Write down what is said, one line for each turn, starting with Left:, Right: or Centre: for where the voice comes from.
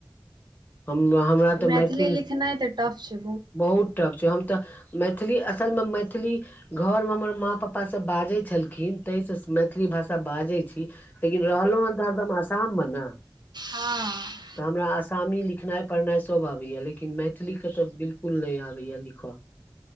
Left: हमरा तॅं
Right: मैथिली
Left: मैथिलीमे,
Right: लिखनाइ तऽ टफ छै
Left: बहुत टफ छै हम तॅं- मैथिली, असलमे मैथिली घरमे हमर माँ-पापा सभ बाजैत छलखिन ताहिसँ मैथिली भाषा बाजैत छी- लेकिन रहलहुँए हन तॅं हरदम आसाममे न
Right: हँ
Left: तॅं हमरा आसामी लिखऽ- लिखनाइ-पढ़नाइ सब आबैया लेकिन मैथिली केॅं तॅं बिल्कुल नहि आबैयाए आबैया लिखऽ